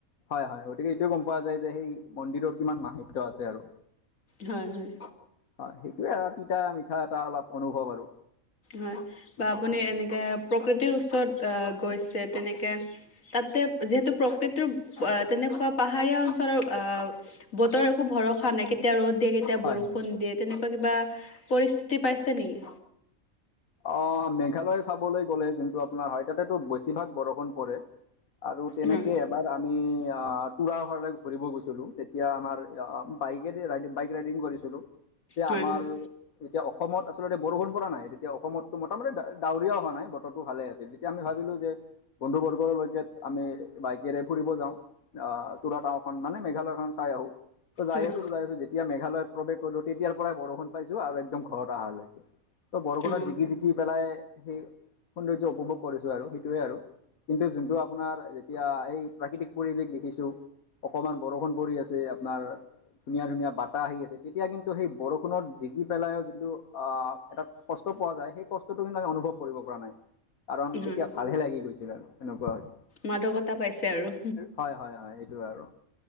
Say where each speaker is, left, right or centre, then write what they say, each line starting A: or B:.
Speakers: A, on the left (about 85°); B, on the left (about 70°).
A: হয়, হয় গতিকে এইটোয়ে গম পোৱা যায় যে সেই মন্দিৰত কিমান মাহিত্য আছে আৰু।
B: হয়, হয়
A: হয়, সেইটোয়ে আৰু তিতা মিঠা এটা অলপ অনুভৱ আৰু।
B: হয়,
A: হয়
B: বা আপুনি
A: হয়
B: এনেকে প্ৰকৃতিৰ ওচৰত আ, গৈছে তেনেকে তাতে যিহেতু প্ৰকৃতিৰ আ, তেনেকুৱা পাহাৰীয়া অঞ্চলৰ আ বতৰ একো ভৰসা নাই কেতিয়া ৰ'দ দিয়া কে এতিয়া
A: হয়
B: বৰষুণ
A: হয়।
B: দিয়ে তেনেকুৱা কিবা পৰিস্থিতি পাইছে নেকি?
A: অ', মেঘালয় চাবলৈ গ'লে যোনটো আপোনাৰ হয় তাতেতো বেছিভাগ বৰষুণ পৰে। আৰু তেনেকে
B: হয়
A: এবাৰ আমি টুৰাহাৰলৈ ঘূৰিব গৈছিলোঁ তেতিয়া আমাৰ বাইকে ৰাইড বাইক ৰাইডিং কৰিছোঁ এতিয়া
B: হয়
A: আমাৰ
B: হয়
A: এতিয়া অসমত আচলতে বৰষুণ পৰা নাই এতিয়া অসমতো মোটামুটি ডাৱৰীয়া হোৱা নাই বতৰটো ভালেই আছিল তেতিয়া আমি ভাবিলো যে বন্ধু বৰ্গৰলৈকে আমি বাইকেৰে ফুৰিব যাওঁ আ, তুৰা টাওখন মানে মেঘালয় খন চাই আহোঁ। ত' যাই
B: হয়
A: আছোঁ, যাই আছোঁ যেতিয়া মেঘালয় প্ৰৱেশ কৰিলো তেতিয়াৰ পৰাই বৰষুণ পাইছো আৰু একদম ঘৰত আহালৈকে। ত' বৰষুণত
B: অ
A: জিকি জিকি পেলাই সেই সৌন্দৰ্য উপভোগ কৰিছোঁ আৰু সেইটোৱে আৰু কিন্তু যোনটো আপোনাৰ যেতিয়া এই প্ৰাকৃতিক পৰিৱেশ দেখিছো অকণমান বৰষুণ পৰি আছে আপোনাৰ ধুনীয়া ধুনীয়া বাটাহ আহি আছে তেতিয়া কিন্তু সেই বৰষুণত জিকি পেলাইও যোনটো এটা কষ্ট পোৱা যায় সেই কষ্টটো কিন্তু আমি অনুভৱ কৰিব পৰা নাই কাৰণ
B: হয়
A: তেতিয়া ভালহে লাগি গৈছে আৰু এনেকুৱা আছে
B: মাদকতা পাইছে আৰু।
A: হয়, হয়, অ', এইটো আৰু